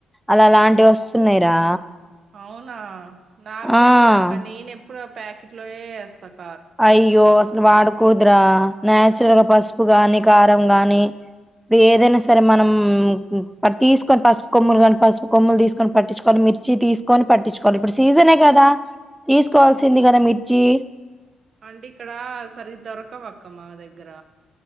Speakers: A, in the centre; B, on the right.
A: అలా లాంటివి వస్తునాయిరా
B: అవునా నాకు తెలీదు
A: ఆ
B: అక్క నేన్ ఎప్పుడు ఆ ప్యాకెట్ లోయే ఏస్తా అక్క
A: అయ్యో అసలు వాడకూడదరా నచురల్ గా పసుపు గాని కారం గాని ఏదైనా
B: ఆ
A: సరే మనం ప తీసుకొని పసుపు కొమ్ములు కానీ పసుపు కొమ్ములు తీసుకొని పట్టించుకోని మిర్చి తీసుకొని పట్టించుకోవాలి ఇప్పుడు సీజ్ కదా తీసుకోవాల్సింది కదా మిర్చి
B: అంటే ఇక్కడ సరిగ్గా దొరకదు అక్క మా దగ్గర